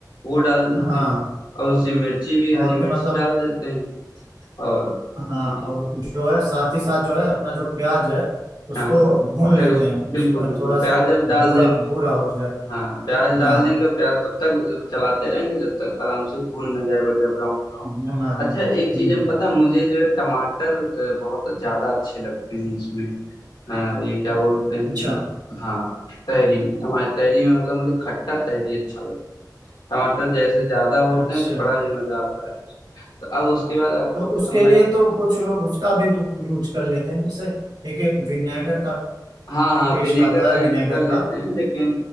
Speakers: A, on the left (about 75°); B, on the right (about 80°).
A: वो डाल देते
B: हाँ
A: हैं और उसी मिर्ची भी हरी
B: और फिर
A: मिर्च
B: मतलब
A: डाल देते हैं और
B: हाँ
A: ये
B: और जो है साथ ही साथ जो है अपना जो प्याज है उसको
A: हाँ
B: भून
A: फिर
B: लेते
A: उस
B: हैं
A: बिल्कुल बिल्कुल
B: थोड़ा सा
A: प्याज
B: वो
A: अब डाल
B: भूरा
A: देंगे
B: भूरा हो जाए
A: हाँ प्याज डाल
B: हाँ
A: देंगे और प्याज तब तक चलाते रहेंगे जब तक आराम से भून ना जाए बढ़िया ब्राउन ब्राउन
B: भुना जाए
A: अच्छा एक
B: हम्म
A: चीज हम पता है मुझे जो है टमाटर अ, बहुत ज्यादा अच्छे लगते हैं इसमें अ, ये क्या बोलते हैं
B: अच्छा
A: हाँ तहरी में टमाटर तहरी में मतलब मुझे खट्टा तहरी अच्छा लगता है टमाटर जैसे ज्यादा होते
B: अच्छा
A: हैं तो बड़ा ही मजा आता है मुझे तो अब उसके बाद आपको
B: तो उसके
A: मैं
B: लिए तो कुछ लोग उसका भी तो यूज कर लेते हैं जैसे एक विनेगर का
A: हाँ
B: भी
A: हाँ
B: पेस्ट
A: विनेगर
B: आता
A: का
B: है विनेगर
A: यूज कर लेते
B: का
A: हैं लेकिन